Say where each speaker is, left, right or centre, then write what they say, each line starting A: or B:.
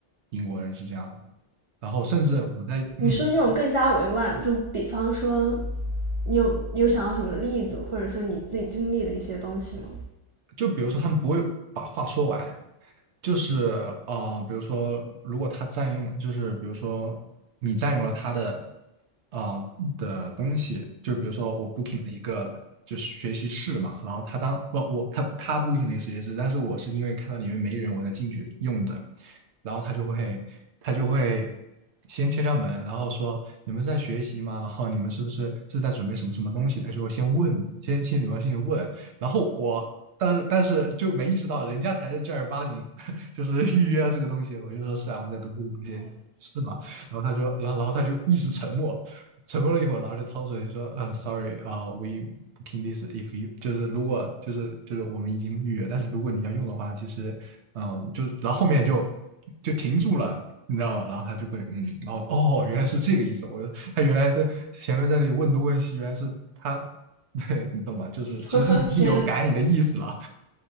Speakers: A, on the right; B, on the right.
A: 英国人是这样的，然后甚至我在嗯，
B: 你说这种更加委婉，就比方说，你有有想到什么例子，或者说你自己经历的一些东西吗？
A: 就比如说他们不会把话说完，就是啊、呃比如说，如果他占用，就是比如说你占用了他的啊、的东西，就比如说我 booking 了一个就是学习室嘛，然后他当不我他他 booking 了一个学习室，但是我是因为看到里面没人我才进去用的，然后他就会他就会先敲敲门，然后说你们是在学习吗？然后你们是不是是在准备什么什么东西？他就会先问，先先礼貌性的问，然后我。但是但是就没意识到人家才是正儿八经就是 <laughs> 预约这个东西。我就说是啊，我们在读这个东西，是吗？然后他说，然后然后他就一直沉默，沉默了一会儿，然后就掏出来就说，呃，sorry，啊、w e booking this if you 就是如果就是就是我们已经预约，但是如果你要用的话，其实嗯，就然后后面就就停住了。你知道吗？然后他就会，嗯，然后哦，原来是这个意思。我说他原来在前面在那里问东问西，原来是他，<laughs> 对你懂吧？就是其实已经有改你的意思了。
B: <laughs> 我天，